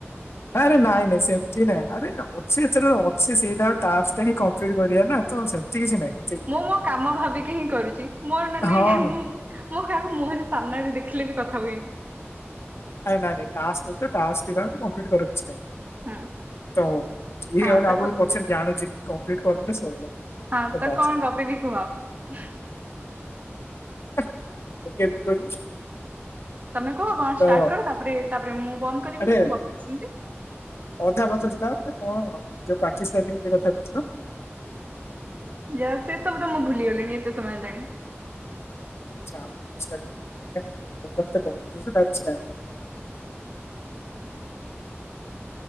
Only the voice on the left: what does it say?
ଆରେ ନାଇଁ ନାଇଁ ସେମିତି ନାଇଁ ଆରେ ସେ ଏଥିରେ ଅଛି ସେଇଟା ଟାସ୍କ ଟା ହିଁ କମ୍ପିଟ କରିବା ନା ତ ସେମିତି କିଛି ନାହିଁ। ଏତେ ଇଏ
ନାହିଁ
ହଁ ହଁ
ନାଇଁ ନାଇଁ ନାଇଁ ଟାସ୍କ ଟାସ୍କ ଟା କମ୍ପିଟ କର କିଛି ନାହିଁ।
ତ ଇଏ
ଆଗ
ବି ପଛରେ ଜାଣୁଛି କମ୍ପ୍ଲିଟ କରିଦେଲେ ସଇଲା।
କଥା
ମୁଁ କେମିତି କହିବି।
ତ
ଆରେ
ଅଧା କଥା ଥିଲା ସେ କଣ ଯୋଉ ପାକିସ୍ତାନ ଇଏ କଥା କହୁଥିଲ।
<unintelligible>